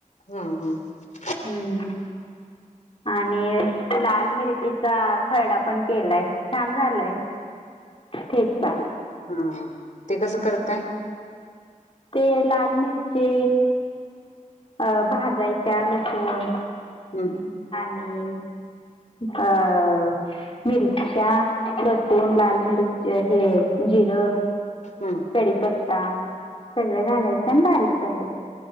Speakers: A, on the left; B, on the left.
A: हा हा हा
B: हम्म ह आणि लाल मिर्रचीचा खरडा पण केलाय छान झालंय चचा
A: हम्म हम ते कसं करतय
B: ते लाल मिरची अ भाजायच्या लसूण
A: हम
B: हो अ मिरच्या लसून लाल मिरच हे जिरं
A: हम्म
B: कडीीपत्ता सगळं घालायचं आणि बारीक करायचं